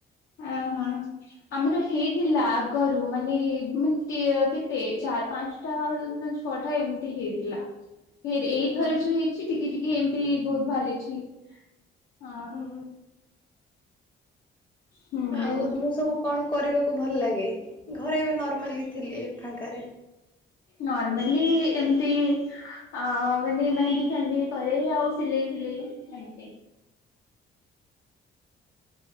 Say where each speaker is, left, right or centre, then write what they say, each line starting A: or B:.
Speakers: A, on the left (about 80°); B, on the left (about 25°).
A: ଅହୋ ଆମର ହେଇଥିଲା ଆଗରୁ ମାନେ ମେ କେତେ ଚା ଚାର୍ ପାଞ୍ଚଟା ନା ଛଅଟା ଏମିତି ହେଇଥିଲା। ଫେର୍ ଏଇଥରେ
B: ଓହୋ
A: ଯୋଉ ହେଇଚି ଟିକେ ଟିକେ ଏମିତି ବହୁତ ବାହାରିଚି। ଅ ହଁ।
B: ହୁଁ।
A: ହୁଁ।
B: ଆଉ ମୁଁ ସବୁ କଣ କରିବାକୁ ଭଲ ଲାଗେ ଘରେ ଏବେ ନର୍ମାଲି ଥିଲେ ଫାଙ୍କାରେ।
A: ନର୍ମାଲି ଏମିତି ଆ ମାନେ ମେହେନ୍ଦି ଫେହେନ୍ଦି କରେ ଆଉ ସିଲେଇ ଫିଲେଇ ଏମତି।